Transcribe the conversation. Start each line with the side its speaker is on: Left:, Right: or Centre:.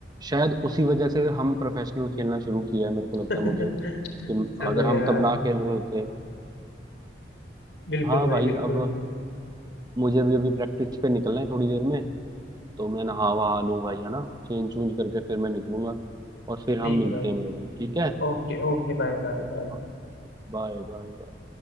Right: शायद उसी वजह से हम प्रोफेशनल खेलना शुरू किया है मेरे को
Left: <laughs>
Right: लगता है मुझे कि
Left: चलो
Right: अगर हम
Left: यार
Right: तब ना खेल रहे होते
Left: बिल्कुल
Right: हाँ
Left: भाई
Right: भाई
Left: बिल्कुल
Right: अब मुझे भी अभी प्रैक्टिस पे निकलना है थोड़ी देर में तो मैं नहा वहा लूँ भाई है ना चेंज चूंज करके फिर मैं निकलूंगा और फिर हम
Left: ठीक
Right: मिलते
Left: है भाई
Right: हैं मेरे भाई ठीक है
Left: Okay okay bye bye
Right: ठीक
Left: bye
Right: है ओके बाय बाय बाय।